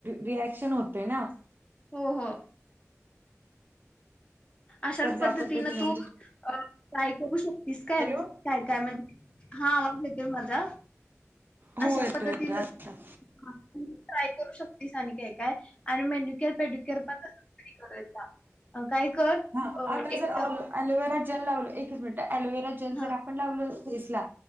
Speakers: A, on the right; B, on the left.
A: रिॲक्शन होतेय ना.
B: हो, हो. अशाच
A: तर त्या
B: पद्धतीनं
A: पद्धतीने
B: तू
A: म्हणजे
B: काय करू शकतेस काय,
A: हॅलो
B: काय, काय म्हणजे हा आवाज येतोय माझा
A: हो
B: अशा
A: येतो
B: पद्धतीन
A: येतो आता.
B: ट्रय करू शकतेस आणि काय, काय आणि मेन्युक्यअर, पेड्युक्यअर पण <unintelligible> काय कर.
A: हा
B: अ
A: आता
B: एक
A: जर
B: टफ
A: लो एलोवेरा जेल लावल एकच मिंनट एलोवेरा जलच
B: हा
A: काय आपण लावला फेसला